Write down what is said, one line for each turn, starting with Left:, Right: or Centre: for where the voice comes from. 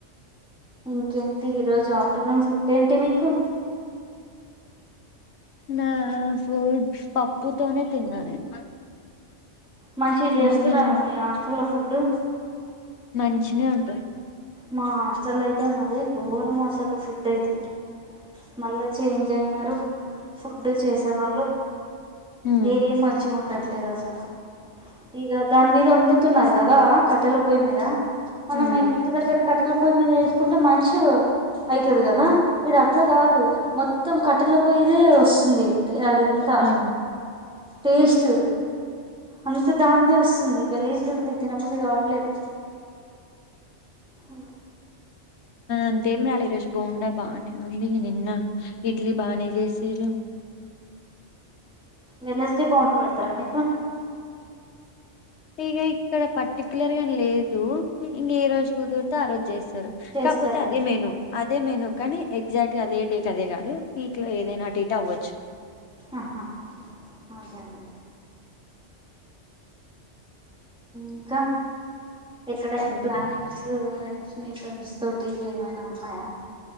Centre: ఇంకేంటి ఈరోజు ఆఫ్టర్నూన్ ఫుడ్ ఏంటి మీకు
Left: నా ఫూ పప్పుతోనే తిన్నా నేను
Centre: మంచివి చేస్తారావా
Left: నువ్వేమో
Centre: మీ హాస్టల్లో ఫుడ్డు
Left: మంచిిన ఉంటారు
Centre: మా హాస్టల్ అయితే మాది గఘోర మసాలా ఫుడ్ అయితే మళ్ళా చేంజ్ అయినారు ఫుడ్ చేసేవాళ్ళు
Left: ఆ
Centre: ఏ మంచిగా ఉండట్లేదు అసలు ఇక దాని మీద వండుతున్నారు కదా కదా కట్టెల పోయి మీద మనం
Left: ఆ
Centre: ఇ దగ్గర కట్టెల పొయ్యి మీద వేసుకుంటే మంచి అవుతుది కదా ఇడు అట్లా కాదు మొత్తం కట్టెల పోయిదే వస్తుంది అది ఎంత
Left: ఆ
Centre: టేస్ట్ అంత దాన్నే వస్తుంది గలీస్తుంది తినబుది కావట్లేదు హ
Left: అంతేం రాలేదు ఈ రోజు బాగుం బాగానే ఉంంది నిన్న ఇడ్లీ బాగానే చేసారు
Centre: వెనస్డే బాగుంటబడతారా మీకు
Left: ఇక ఇక్కడ పర్టిక్యులర్ లేదు ఇంక ఏ రోజు కుదురితే ఆ రోజు చేస్తారు
Centre: చేస్తారేమో
Left: కాకపోతే అదే మెను అ అదే మేను కానీ ఎగ్జాక్ట్ గా అదే డేక్ అదే కాదు వీక్ లో ఏదైనా అటు ఇట్ అవ్వచ్చు
Centre: ఆహా అదే అదే ఇంకా ఎక్కడైనా
Left: చెప్పాలే
Centre: ప్లానింగ్స్ మీ ఫ్రెండ్స్ తోటి ఏమైనా ఉన్నాయా